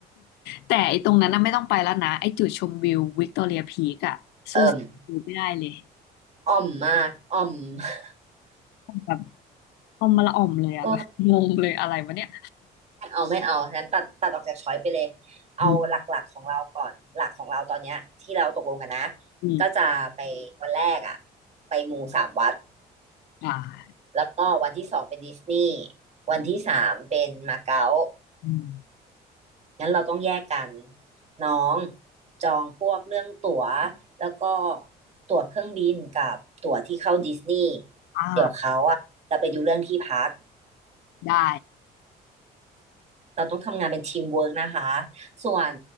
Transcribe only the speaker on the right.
เอิ่มอ่อมมาก อ่อม <laughs>
โอ้
ไม่เอาไม่เอางั้นตัดตัดออกจากช้อยไปเลย เอาหลักๆของเราก่อนหลักของเราตอนเนี้ยที่เราตกลงกันนะ
ก็จะไปวันแรกอ่ะไปมูสามวัด
แล้วก็วันที่สองเป็นดิสนีย์วันที่สามเป็นมาเก๊า
งั้นเราต้องแยกกันน้องจองพวกเรื่องตั๋วแล้วก็ตั๋วเครื่องบินกับตั๋วที่เข้าดิสนีย์
เดี๋ยวเขาอ่ะจะไปดูเรื่องที่พัก
เราต้องทำงานเป็นทีมเวิร์กนะคะส่วน